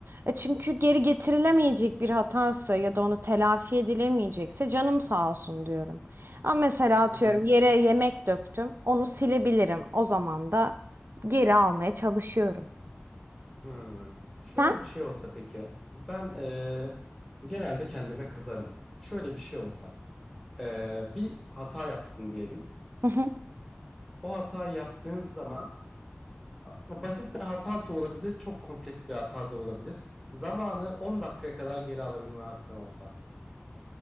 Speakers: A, on the right (about 60°); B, in the centre.
A: E çünkü geri getirilemeyecek bir hatası ya da onu telafi edilemeyecekse canım sağ olsun diyorum. Ama mesela atıyorum
B: hı hı.
A: yere yemek döktüm. Onu silebilirim. O zaman da geri almaya çalışıyorum.
B: Hı. Şöyle
A: Sen?
B: bir şey olsa peki. Ben eee, genelde kendime kızarım. Şöyle bir şey olsa. eee, bir hata yaptın diyelim.
A: Hı hı.
B: O hatayı yaptığın zaman a- basit bir hata da olabilir, çok kompleks bir hata da olabilir. Zamanı 10 dakikaya kadar geri alabilme hakkın olsa.